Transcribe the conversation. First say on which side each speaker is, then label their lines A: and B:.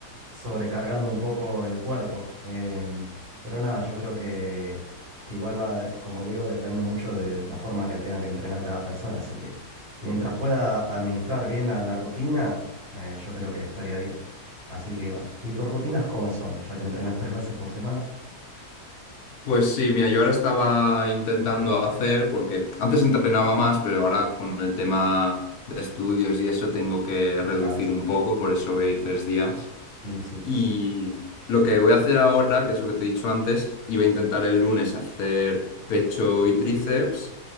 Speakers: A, on the right (about 40°); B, on the left (about 65°).
A: sobrecargando un poco el cuerpo. Em, pero nada, yo creo que igual va, como digo, depende mucho de la forma que tenga que entrenar cada persona. Así que mientras pueda administrar bien la, la rutina, eh, yo creo que estaría bien. Así que bueno, ¿y tus rutinas cómo son? Ya que entrenas tres veces por semana.
B: Pues sí, mira, yo ahora estaba intentando hacer, porque antes entrenaba más, pero ahora con el tema de estudios y eso tengo que reducir
A: Claro, sí.
B: un poco, por eso voy a ir tres días.
A: Mm, sí,
B: Y lo que voy a hacer ahora, que es lo que te he dicho antes, iba a intentar el lunes hacer pecho y tríceps.